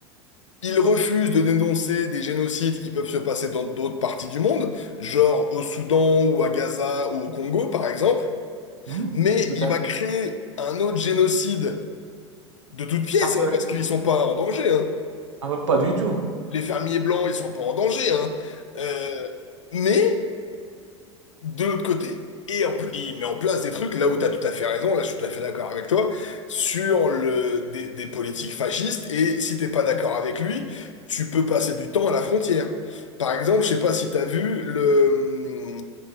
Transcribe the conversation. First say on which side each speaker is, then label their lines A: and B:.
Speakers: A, on the left; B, on the right.
A: Il refuse de dénoncer des génocides qui peuvent se passer dans d'autres parties du monde, genre au Soudan ou à Gaza ou au Congo par exemple,
B: Hmm,
A: mais
B: tout
A: il
B: à
A: va
B: fait.
A: créer un autre génocide de toutes pièces,
B: Farfelu.
A: hein, parce qu'ils sont pas en danger, hein.
B: Ah, bah, pas du tout.
A: Les fermiers blancs, ils sont pas en danger, hein. Euh, mais de l'autre côté, et en plus, il met en place des trucs, là où tu as tout à fait raison, là je suis tout à fait d'accord avec toi, sur le, des, des politiques fascistes, et si t'es pas d'accord avec lui, tu peux passer du temps à la frontière. Par exemple, je sais pas si tu as vu, le,